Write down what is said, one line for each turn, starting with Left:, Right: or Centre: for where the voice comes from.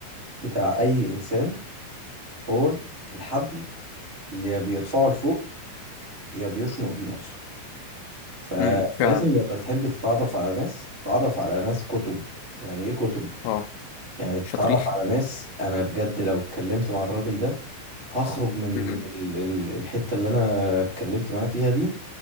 Right: بتاع اي انسان هو الحبل اللي يا بيرفعه لفوق يا بيشنق بيه نفسه فلازم
Left: امم فعلا
Right: لما تحب تتعرف على ناس تتعرف على ناس كتب يعني ايه كتب
Left: اه
Right: يعني تتعرف
Left: شاطرين
Right: على ناس انا بجد لو اتكلمت مع الراجل ده هخرج من
Left: أمم.
Right: ال- ال- الحتة اللي انا اتكلمت معاه فيها دي